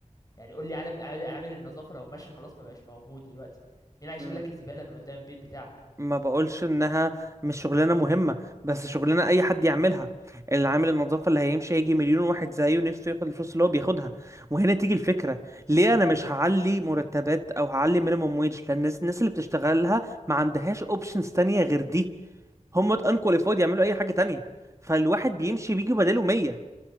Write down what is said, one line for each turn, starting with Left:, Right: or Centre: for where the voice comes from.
Left: يعني قول لي عالم عال- عامل النظافه لو ماشي خلاص ما بقاش موجود دلوقتي مين هيشيل
Right: م-
Left: لك الزباله من قدام البيت بتاعك
Right: ما بقولش انها مش شغلانه مهمه بس شغلانه اي حد يعملها اللي عامل النظافه اللي هيمشي هيجي مليون واحد زيه نفسه ياخد الفلوس اللي هو بياخدها وهنا تيجي الفكره ليه انا مش هعلي مرتبات او هعلي مينيمم ويج لان الناس الناس اللي بتشتغلها ما عندهاش اوبشنز تانية غير دي هم انكواليفايد يعملوا اي حاجه تانية فالواحد بيمشي بيجي بداله 100